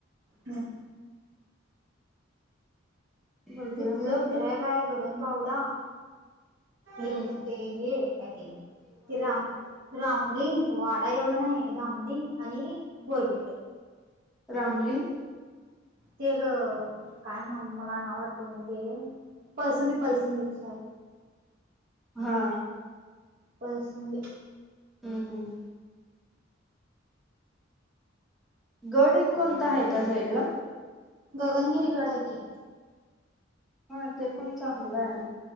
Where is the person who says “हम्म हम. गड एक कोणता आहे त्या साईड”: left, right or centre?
Centre